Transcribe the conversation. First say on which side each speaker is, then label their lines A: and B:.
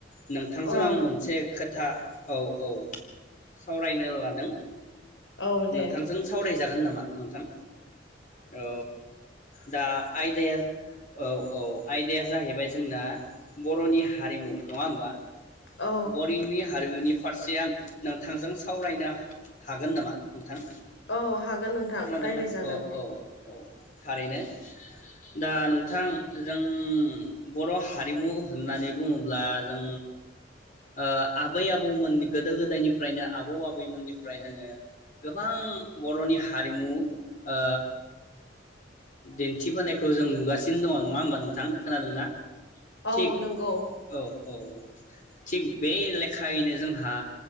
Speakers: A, on the left (about 45°); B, on the left (about 85°).
A: नोंथांजों
B: औ
A: आं मोनसे खो खोथा औ औ सावरायनो लादों।
B: औ दे
A: नोंथांजों सावराय ज जागोन नामा नोंथां? औ दा आयदाया औ औ आयदाया जाहैबाय जोंना बर'नि हारिमु नङा होमबा?
B: औ
A: बरिंनि हारिमुनि फारसे आं नोंथांजों सावरायनो हा-हागोन नामा? नोंथां
B: औ हागोन नोंथां
A: खोनादोंना
B: रायलायजागोन।
A: औ औ औ थारैनो दा नोंथां जों बर' हारिमु होननानै बुङोब्ला जों ओ आबै आबौमोननि गोदो गोदायनिफ्रायनो आबौ आबैमोननिफ्राय जोङो गोबां बर'नि हारिमु ओ दिन्थिबोनायखौ जों नुगासिनो दङ नङा होमबा नोंथां खोनादोंना?
B: औ
A: थिग
B: नंगौ।
A: औ औ थिग बे लेखायैनो जोंहा